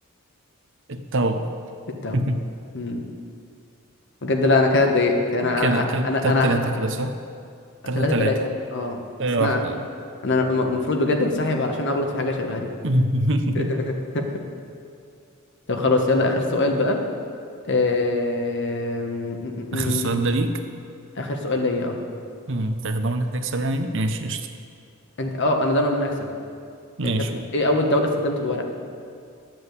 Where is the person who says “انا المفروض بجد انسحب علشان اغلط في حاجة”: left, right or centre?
Left